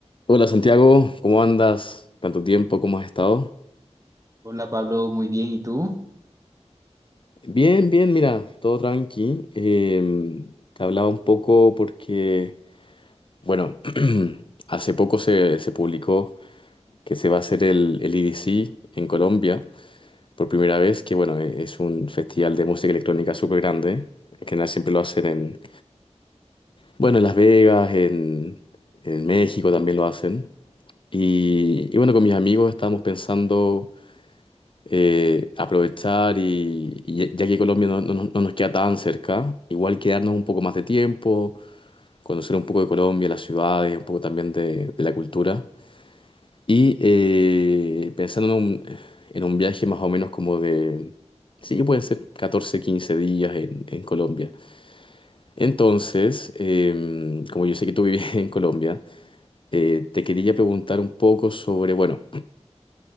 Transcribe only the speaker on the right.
Hola Pablo, muy bien. ¿Y tú?